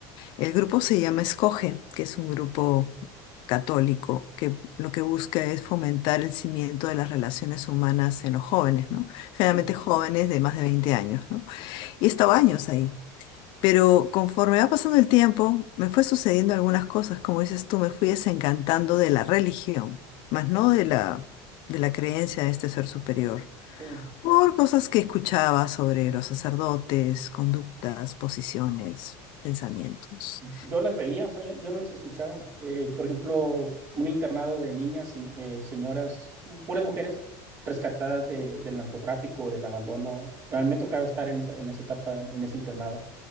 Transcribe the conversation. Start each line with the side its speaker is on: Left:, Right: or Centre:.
Left: El grupo se llama Escoge, que es un grupo católico que lo que busca es fomentar el cimiento de las relaciones humanas en los jóvenes, ¿no? Generalmente
Right: sí,
Left: jóvenes de más de 20 años, ¿no? Y he estado años ahí. Pero conforme va pasando el tiempo, me fue sucediendo algunas cosas, como dices tú, me fui desencantando de la religión, más no de la, de la creencia de este ser superior,
Right: sí.
Left: por cosas que escuchaba sobre los sacerdotes, conductas, posiciones, pensamientos.
Right: Yo las veía, o sea, yo, yo no las escuchaba. Eh, por ejemplo, un internado de niñas, se- eh, señoras, puras mujeres rescatadas de, del narcotráfico, del abandono. A mí me tocaba estar en esa, en esa etapa, en ese internado.